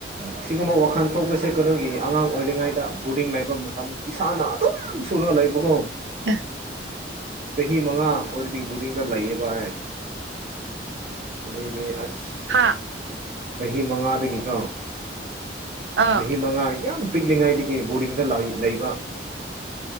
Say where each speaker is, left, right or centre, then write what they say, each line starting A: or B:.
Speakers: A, on the right (about 35°); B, on the right (about 80°).
A: ꯑꯁꯤꯒꯨꯝꯕ ꯋꯥꯈꯜ ꯊꯣꯛꯄꯁꯦ ꯀꯩꯅꯣꯒꯤ ꯑꯉꯥꯡ ꯑꯣꯏꯔꯤꯉꯩꯗ ꯕꯣꯔꯗꯤꯡ ꯂꯩꯕ ꯃꯇꯝꯗ ꯏꯁꯥꯅ ꯗꯨꯝ ꯁꯨꯔꯒ ꯂꯩꯕ ꯀꯣ
B: ꯑꯦ
A: ꯆꯍꯤ ꯃꯉꯥ ꯑꯣꯏꯔꯗꯤ ꯕꯨꯗꯤꯡꯗ ꯂꯩꯌꯦꯕꯥꯏ ꯑꯗꯨꯗꯤ ꯑꯁ
B: ꯍꯥ
A: ꯆꯍꯤ ꯃꯉꯥꯗꯒꯤꯀꯣ
B: ꯑꯥ
A: ꯆꯍꯤ ꯃꯉꯥ ꯌꯥꯝ ꯄꯤꯛꯂꯤꯉꯩꯗꯒꯤ ꯕꯣꯔꯗꯤꯡꯗ ꯂꯩꯕ